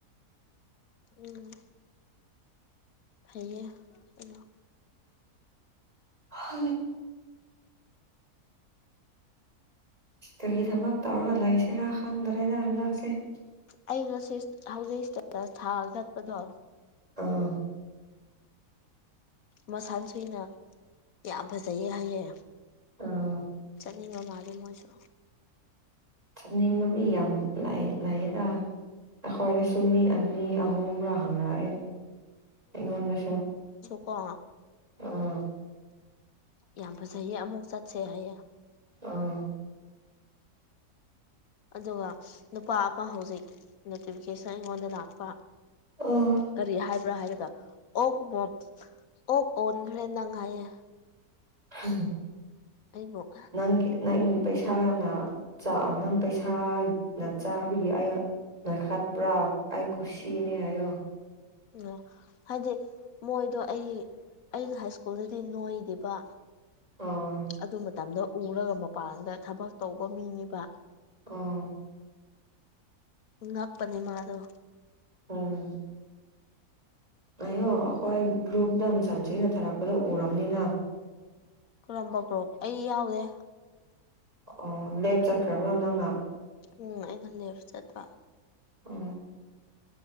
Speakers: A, on the left; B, on the right.
A: ꯎꯝ ꯐꯩꯌꯦ ꯑ
B: ꯍ ꯀꯔꯤꯒꯤ ꯊꯕꯛ ꯇꯧꯔꯒ ꯂꯩꯁꯤꯦꯔꯥ ꯈꯪꯗ꯭ꯔꯦꯗ ꯍꯟꯗꯛꯁꯦ
A: ꯑꯩ ꯉꯁꯤ ꯍꯧꯖꯤꯛꯗꯗ ꯊꯥꯒꯠꯄꯗꯣ
B: ꯑꯥ
A: ꯃꯁꯥꯅ ꯁꯨꯏꯅ ꯌꯥꯝ ꯐꯖꯩꯌꯦ ꯍꯥꯏꯌꯦ
B: ꯑꯥ
A: ꯆꯠꯅꯤꯡꯕ ꯃꯥꯒꯦ ꯃꯣꯏꯁꯨ
B: ꯆꯠꯅꯤꯡꯕ ꯃꯤ ꯌꯥꯝ ꯂꯩꯌꯦꯗ ꯑꯩꯈꯣꯏꯗꯁꯨ ꯃꯤ ꯑꯅꯤ ꯍꯣꯡꯕ꯭ꯔꯥ ꯍꯪꯔꯛꯑꯦ ꯑꯩꯉꯣꯟꯗꯁꯨ
A: ꯀ
B: ꯑꯥ
A: ꯌꯥꯝ ꯐꯖꯩꯌꯦ ꯑꯃꯨꯛ ꯆꯠꯁꯦ ꯍꯥꯏꯌꯦꯦ
B: ꯑꯥ
A: ꯑꯗꯨꯒ ꯅꯨꯄꯥ ꯑꯃ ꯑꯃ ꯍꯧꯖꯤꯛ ꯅꯣꯇꯤꯐꯤꯀꯦꯁꯟ ꯑꯩꯉꯣꯟꯗ ꯂꯥꯛꯄ
B: ꯑꯣ
A: ꯀꯔꯤ ꯍꯥꯏꯕ ꯭ꯕꯔ ꯍꯥꯏꯔꯒ ꯑꯣꯛ ꯃꯣ ꯑꯣꯛ ꯑꯣꯟꯈ꯭ꯔꯦ ꯅꯪ ꯍꯥꯏꯌꯦ
B: ꯎ
A: ꯑꯩꯕꯨ
B: ꯅꯪ ꯅꯪ ꯄꯩꯁꯥꯅ ꯅꯪ ꯄꯩꯁꯥꯅ ꯆꯥꯕꯒꯤ ꯑ ꯅꯁꯠ ꯄ꯭ꯔꯥꯛ ꯑꯥꯏ ꯀꯨꯁꯤꯅꯦ ꯑꯣ
A: ꯑꯣ ꯍꯥꯏꯗꯤ ꯃꯣꯏꯗꯣ ꯑꯩ ꯑꯩꯩꯅ ꯍꯥꯏ ꯁ꯭ꯀꯨꯜꯗꯗꯤ ꯅꯣꯏꯗꯦꯕ
B: ꯑꯥ
A: ꯑꯗꯨ ꯃꯇꯝꯗ ꯎꯔꯒ ꯃꯄꯥꯟꯗ ꯊꯕꯛ ꯇꯧꯕ ꯃꯤꯅꯦꯕ
B: ꯑꯣ
A: ꯉꯛꯄꯅꯦ ꯃꯥꯗꯣ
B: ꯎꯝ ꯉꯌꯣ ꯑꯩꯈꯣꯏ ꯒ꯭ꯔꯨꯞꯇ ꯁꯟꯁꯣꯏꯅ ꯊꯥꯔꯛꯄꯗ ꯎꯔꯕꯝꯅꯤꯅ
A: ꯀꯔꯝꯕ ꯀ꯭ꯔꯣꯝ ꯑꯩ ꯌꯥꯎꯗꯦ
B: ꯑꯣ ꯂꯦꯞ ꯆꯠꯈ꯭ꯔꯕ꯭ꯔꯣ ꯅꯪꯅ
A: ꯎꯝ ꯑꯩ ꯂ ꯆꯠꯄ
B: ꯑ